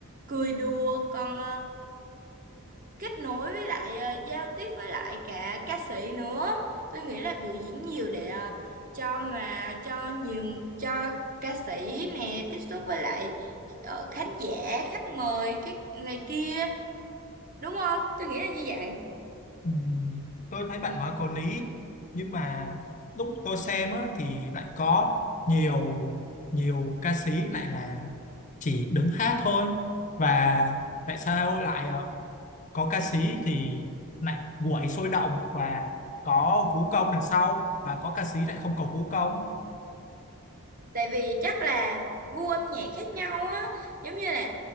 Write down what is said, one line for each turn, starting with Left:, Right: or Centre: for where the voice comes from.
Right: cười đùa còn ờ, kết nối với lại ờ, giao tiếp với lại cả ca sĩ nữa tôi nghĩ là biểu diễn nhiều để ờ, cho mà cho nhiều cho ca sĩ nè tiếp xúc với lại ờ, khán giả khách mời cái này kia đúng không tôi nghĩ là như vậy
Left: Ừm, tôi thấy bạn nói có lý nhưng mà lúc tôi xem á, thì lại có nhiều nhiều ca sĩ lại là chỉ đứng hát thôi và tại sao lại ờ, có ca sĩ thì lại quẩy sôi động và có vũ công đằng sau và có ca sĩ lại không có vũ công
Right: tại vì chắc là gu âm nhạc khác nhau á giống như là